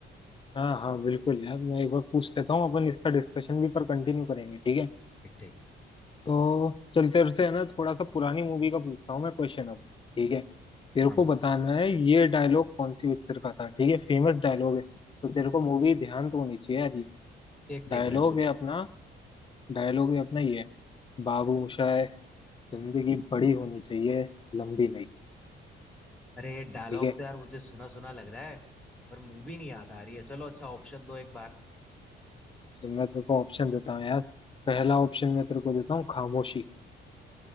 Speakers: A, on the left; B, in the centre.
A: हाँ हाँ बिल्कुल यार मैं एक बार पूछ लेता हूँ अपन इसका डिस्कशन भी पर कंटिन्यू करेंगे ठीक है
B: ठीक ठीक
A: तो चल तेरे से है ना थोड़ा सा पुरानी मूवी का पूछता हूँ मैं क्वेश्चन अब ठीक है तेरे
B: हाँ भाई
A: को बताना है ये डायलॉग कौन सी पिक्चर का था ठीक है फेमस डायलॉग है तो तेरे को मूवी ध्यान तो होनी चाहिए यार ये
B: ठीक
A: डायलॉग
B: ठीक भाई पूछ
A: है अपना डायलॉग है अपना ये बाबू मोशाय जिंदगी बड़ी होनी चाहिए लंबी नहीं
B: अरे डायलॉग
A: ठीक है
B: तो यार मुझे सुना सुना लग रहा है पर मूवी नहीं याद आ रही है चलो अच्छा ऑप्शन दो एक बार
A: तो मैं तेरे को ऑप्शन देता हूँ यार पहला ऑप्शन मैं तेरे को देता हूँ खामोशी